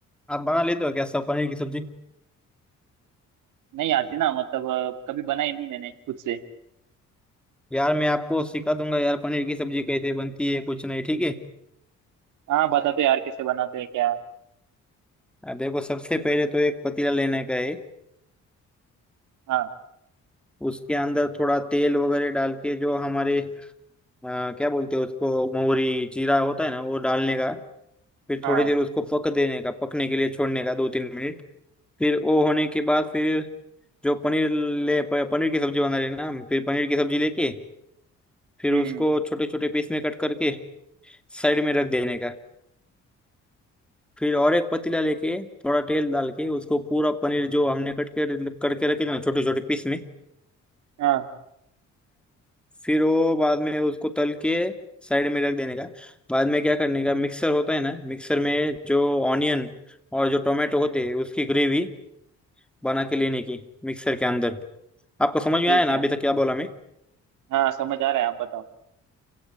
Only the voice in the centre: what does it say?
आप बना लेते हो क्या सब पनीर की सब्जी
यार मैं आपको सिखा दूंगा यार पनीर की सब्जी कैसे बनती है कुछ नहीं ठीक है
आ, देखो सबसे पहले तो एक पतीला लेने का है
उसके अंदर थोड़ा तेल वगैरह डाल के जो हमारे आ, क्या बोलते हैं उसको मोहरी जीरा होता है ना वो डालने का फिर
थोड़ी देर उसको पक देने का पकने के लिए छोड़ने का दो तीन मिनट फिर वो होने के बाद फिर जो पनीर ले प- पनीर की सब्जी बना लेना फिर पनीर की सब्जी लेके फिर
उसको
छोटे छोटे पीस में कट करके साइड में रख देने का फिर और एक पतीला लेके थोड़ा तेल डाल के उसको पूरा पनीर जो हमने कट के करके रखे थे ना छोटे छोटे पीस में
फिर वो बाद में उसको तल के साइड में रख देने का बाद में क्या करने का मिक्सर होता है ना मिक्सर में जो ऑनियन और जो टोमेटो होते हैं उसकी ग्रेवी बना के लेने की मिक्सर के अंदर आपको समझ में
आया ना
अभी तक क्या बोला मैं